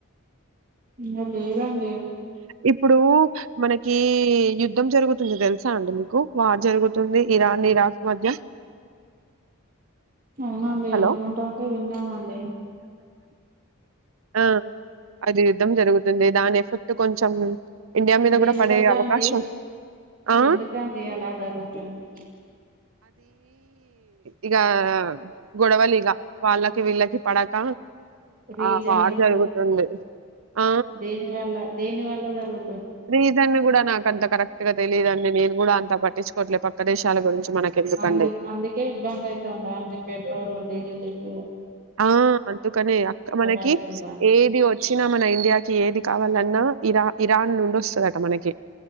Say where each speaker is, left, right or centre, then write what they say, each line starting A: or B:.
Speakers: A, on the right (about 40°); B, on the right (about 75°).
A: ఈనా లే రాండి
B: ఇప్పుడు మన కి యుద్ధం జరుగుతుంది తెలుసా అండి మీకు వార్ జరుగుతుంది ఇరాన్ ఇరాక్ మధ్య
A: అవునండి
B: హలో!
A: అనుకుంటాంటే విన్నామండి
B: ఆ అదే యుధ్ధం జరుగుతుంది దాని ఎఫెక్ట్ కొంచెం ఇండియా మీద
A: దీనివల్ల
B: గూడా పడే అవకాశం
A: అండి
B: ఆ!
A: ఎందుకండి అలా జరుగుతుంది
B: ఇకా గొడవలిగా వాళ్ళకి వీళ్ళకి పడక
A: రీజన్
B: ఆ వార్
A: ఏంట
B: జరుగుతుంది ఆ!
A: దేని వల్ల దేని వల్ల జరుగు
B: రీజన్ కూడా నాకంత కరెక్ట్ గా తెలియదు అండి నేను కూడా అంత పట్టించుకోట్లేదు పక్క దేశాల గురించి మనకెందుకండి.
A: అందు అందుకే ఇబ్బంది అవుతుందా అంటే పెట్రోల్ విడియోలది ఎక్కువ
B: ఆ అందుకనే అక్క మనకి
A: అయితుందా
B: ఏది వచ్చినా మన ఇండియాకి ఏది కావాలన్నా ఇరా ఇరాన్ నుండి వస్తదట మనకి